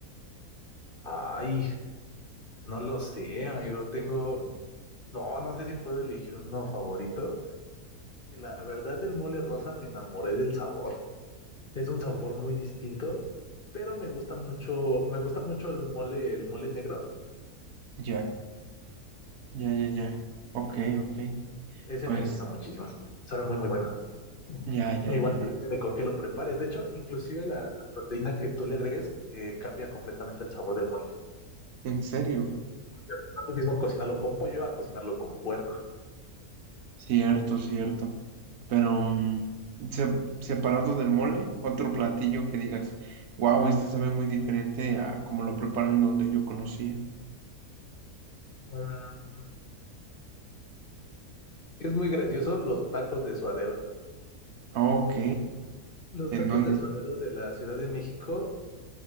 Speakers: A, on the left (about 40°); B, on the right (about 80°).
A: Ay, no lo sé, amigo. Tengo, no, no sé si puedo elegir uno favorito. Que la verdad del mole rosa me enamoré del sabor. Es un sabor muy distinto, pero me gusta mucho, me gusta mucho el mole, el mole negro.
B: Ya, ya, ya, ya. Ok, ok.
A: Ese
B: Pues,
A: me gusta muchísimo. Sabe muy, muy bueno.
B: ya,
A: Igual
B: ya, ya.
A: pues, depende con qué lo prepares. De hecho, inclusive la, la proteína que tú le agregues eh, cambia completamente el sabor del mole.
B: ¿En serio?
A: No es lo mismo cocinarlo con pollo a cocinarlo con puerco.
B: Cierto, cierto. Pero, mm, se- separado del mole, otro platillo que digas, wow, este sabe muy diferente a como lo preparan donde yo conocía.
A: Mm, Es muy gracioso los tacos de suadero.
B: Ok,
A: Los
B: ¿en
A: tacos
B: dónde?
A: de suadero de la Ciudad de México